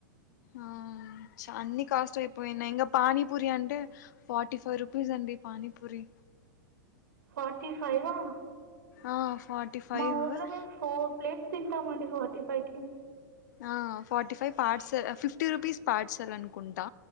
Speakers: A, on the left; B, on the right.
A: ఆ అన్ని కాస్ట్ అయిపోయి ఇంగ పానీపూరి అంటే ఫార్టీ ఫైవ్ రూపీస్ అండి పానీపూరి
B: ఫార్టీ ఫైవ్! ఆ
A: ఆ ఫార్టీ ఫైవ్
B: మా ఊర్లో మేము ఫోర్ ప్లేట్స్ తింటామండి ఫార్టీ పైకి
A: ఆ forty five parts fifty rupees పార్ట్సాల్ అనుకుంటా